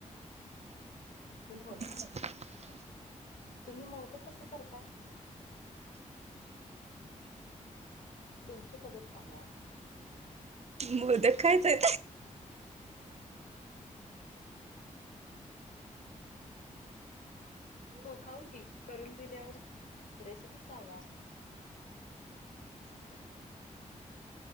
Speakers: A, on the right; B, on the left.
A: <inaudible>
B: तुम्ही बोला की तुम्ही मोदक कस करताय? तुमची पद्धत सांगा.
A: मोदक खायचंय
B: हो खाऊ की करून दिल्यावर, रेसिपी सांगा. <inaudible>